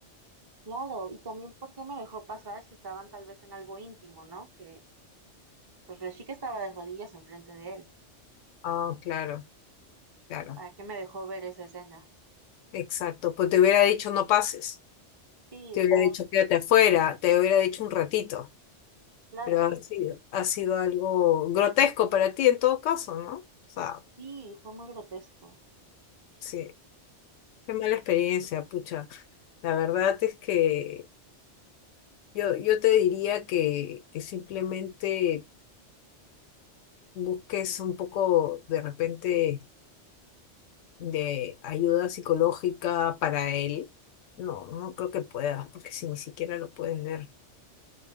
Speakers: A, on the right; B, on the left.
A: Claro, y también porque me dejó pasar si estaban tal vez en algo íntimo, ¿no? Que pues la chica estaba de rodillas enfrente de él.
B: Ah, claro, claro,
A: ¿Para qué me dejó ver esa escena?
B: exacto. Pues te hubiera dicho no pases,
A: Sí,
B: te hubiera
A: o
B: dicho quédate afuera, te hubiera dicho un ratito,
A: claro,
B: pero ha sido, ha sido algo grotesco para ti en todo caso, ¿no? O sea,
A: sí, fue muy grotesco.
B: Sí, qué mala experiencia, pucha. La verdad es que yo, yo te diría que, que simplemente busques un poco de repente de ayuda psicológica para él. No, no creo que puedas, porque si ni siquiera lo puedes ver.